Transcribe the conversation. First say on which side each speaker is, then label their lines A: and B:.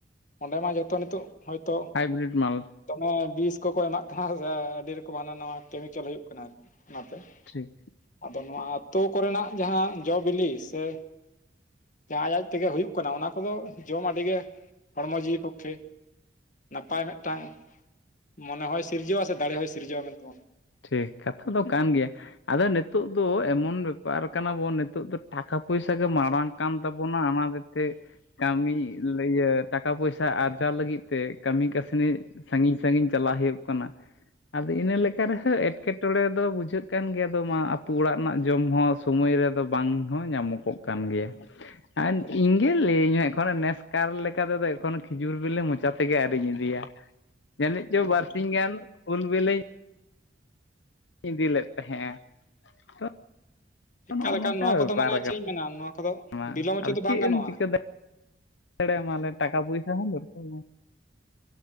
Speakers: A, on the left; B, on the left.
A: ᱚᱸᱰᱮ ᱢᱟ ᱡᱚᱛᱚ ᱱᱤᱛᱚᱜ ᱦᱚᱭᱛᱳ
B: ᱦᱟᱭᱵᱨᱤᱰ ᱢᱟᱞ
A: ᱫᱚᱢᱮ ᱵᱤᱥ ᱠᱚᱠᱚ ᱮᱢᱟᱜ ᱠᱟᱱᱟ ᱥᱮ ᱟᱹᱰᱤ ᱨᱚᱠᱚᱢ ᱦᱟᱱᱟ ᱱᱟᱣᱟ ᱠᱮᱢᱤᱠᱮᱞ ᱦᱩᱭᱩᱜ ᱠᱟᱱᱟ ᱟᱨᱠᱤ ᱚᱱᱟᱛᱮ
B: ᱴᱷᱤᱠ
A: ᱟᱫᱚ ᱱᱚᱣᱟ ᱟᱛᱳ ᱠᱚᱨᱮᱱᱟᱜ ᱡᱟᱦᱟᱸ ᱡᱚ ᱵᱤᱞᱤ ᱥᱮ ᱡᱟᱦᱟᱸ ᱟᱡ ᱟᱡ ᱛᱮᱜᱮ ᱦᱩᱭᱩᱜ ᱠᱟᱱᱟ ᱚᱱᱟ ᱠᱚᱫᱚ ᱡᱚᱢ ᱟᱹᱰᱤ ᱜᱮ ᱦᱚᱲᱢᱚ ᱡᱤᱣᱤ ᱯᱚᱠᱠᱷᱮ ᱱᱟᱯᱟᱭ ᱢᱤᱫᱴᱟᱝ ᱢᱚᱱᱮ ᱦᱚᱸᱭ ᱥᱤᱨᱡᱟᱹᱣᱟ ᱥᱮ ᱫᱟᱲᱮ ᱦᱚᱸᱭ ᱥᱤᱨᱡᱟᱹᱣᱟ ᱢᱮᱱᱛᱮ
B: ᱴᱷᱤᱠ ᱠᱟᱛᱷᱟ ᱫᱚ ᱠᱟᱱ ᱜᱮᱭᱟ ᱟᱫᱚ ᱱᱤᱛᱳᱜ ᱫᱚ ᱮᱢᱚᱱ ᱵᱮᱯᱟᱨ ᱠᱟᱱᱟ ᱵᱚᱱ ᱱᱤᱛᱳᱜ ᱫᱚ ᱴᱟᱠᱟ ᱯᱚᱭᱥᱟ ᱜᱮ ᱢᱟᱨᱟᱝ ᱠᱟᱱ ᱛᱟᱵᱚᱱᱟ ᱚᱱᱟᱫᱤᱛᱮ ᱠᱟᱹᱢᱤ ᱤᱭᱟᱹ ᱴᱟᱠᱟ ᱯᱚᱭᱥᱟ ᱟᱨᱡᱟᱣ ᱞᱟᱹᱜᱤᱫ ᱛᱮ ᱠᱟᱹᱢᱤ ᱠᱟᱹᱥᱱᱤ ᱥᱟᱺᱜᱤᱧ ᱥᱟᱺᱜᱤᱧ ᱪᱟᱞᱟᱣ ᱦᱳᱭᱳᱜ ᱠᱟᱱᱟ ᱟᱫᱚ ᱤᱱᱟᱹ ᱞᱮᱠ ᱚᱱᱠᱟ ᱨᱮᱦᱚᱸ ᱮᱴᱠᱮᱴᱚᱬᱮ ᱫᱚ ᱵᱩᱡᱷᱟᱹᱜ ᱠᱟᱱ ᱜᱮᱭᱟ ᱫᱚ ᱢᱟ ᱟᱛᱳ ᱚᱲᱟᱜ ᱨᱮᱱᱟᱜ ᱡᱚᱢ ᱦᱚᱸ ᱥᱚᱢᱚᱭ ᱨᱮᱫᱚ ᱵᱟᱝ ᱦᱚᱸ ᱧᱟᱢᱚᱜ ᱠᱚᱸᱜ ᱠᱟᱱ ᱜᱮᱭᱟ ᱟᱨ ᱤᱧ ᱜᱮ ᱞᱟᱹᱭᱟᱹᱧ ᱮᱠᱷᱚᱱᱚ ᱱᱮᱥᱠᱟᱨ ᱞᱮᱠᱟ ᱛᱮᱫᱚ ᱮᱠᱷᱚᱱᱚ ᱠᱷᱤᱡᱩᱨ ᱵᱤᱞᱤ ᱢᱚᱪᱟ ᱛᱮᱜᱮ ᱟᱨᱤᱧ ᱤᱫᱤᱭᱟ ᱡᱟᱹᱱᱤᱡ ᱪᱚ ᱵᱟᱨ ᱥᱤᱧ ᱜᱟᱱ ᱩᱞ ᱵᱤᱞᱤᱧ ᱤᱫᱤ ᱞᱮᱫ ᱛᱟᱦᱮᱸᱜᱼᱟ ᱛᱚ
A: ᱮᱠᱟᱞ
B: ᱚᱱᱚ
A: ᱮᱠᱟᱞ
B: ᱚᱱᱠᱟ
A: ᱱᱚᱣᱟ
B: ᱵᱮᱯᱟᱨ
A: ᱠᱚᱫᱚ ᱢᱟᱱᱮ
B: ᱠᱟᱱ
A: ᱪᱮᱫ ᱤᱧ ᱢᱮᱱᱟ ᱱᱚᱣᱟ
B: <inaudible>
A: ᱠᱚᱫᱚ ᱵᱤᱞᱚᱢ ᱦᱚᱪᱚ
B: ᱟᱫᱚ
A: ᱫᱚ
B: ᱪᱮᱫ
A: ᱵᱟᱝ ᱜᱟᱱᱚᱜᱼᱟ
B: ᱮᱢ ᱪᱤᱠᱟᱹᱫᱟᱼᱼ ᱪᱲᱮ <unintelligible> ᱢᱟᱱᱮ ᱴᱟᱠᱟ ᱯᱚᱭᱥᱟ ᱦᱚᱸ ᱫᱚᱨᱠᱟᱨ